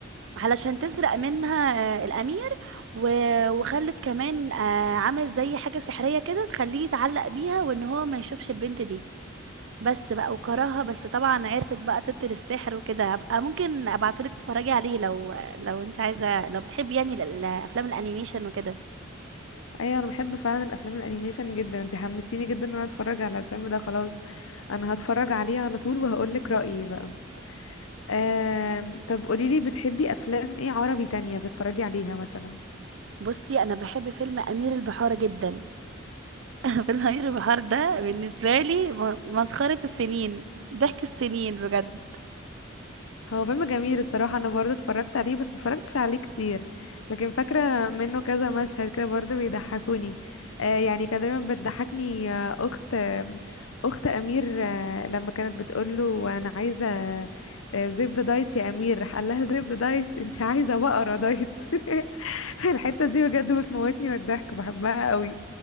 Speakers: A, on the right; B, on the left.
A: علشان تسرق منها آه، الأمير و... وخلت كمان آه، عمل زي حاجة سحرية كده تخليه يتعلق بيها وإن هو ما يشوفش البنت دي بس بقى وكرهها بس طبعا عرفت بقى تبطل السحر وكده هبقى ممكن ابعتولك تتفرجي عليه لو لو انت عايزة لو بتحبي يعني ال- ال- افلام الانيميشن وكده
B: ايوه انا بحب فعلا الافلام الانيميشن جدا انت حمستيني جدا ان انا اتفرج على الفيلم ده خلاص انا هتفرج عليه على طول وهقول لك رايي بقى آه طب قولي لي بتحبي افلام ايه عربي تانية بتتفرجي عليها مثلا
A: بصي انا بحب فيلم امير البحار جدا <laughs> فيلم امير البحار ده بالنسبة لي م- مسخرة السنين ضحك السنين بجد
B: هو فيلم جميل الصراحة أنا برضه اتفرجت عليه بس متفرجتش عليه كتير لكن فاكرة منه كذا مشهد كده برضه بيضحكوني آه يعني كان دايما بتضحكني آه أخت آه أخت أمير آه لما كانت بتقوله أنا عايزة آه زبدة دايت يا أمير راح قال لها زبدة دايت أنت عايزة بقرة دايت <laughs> الحتة دي بجد بتموتني من الضحك بحبها قوي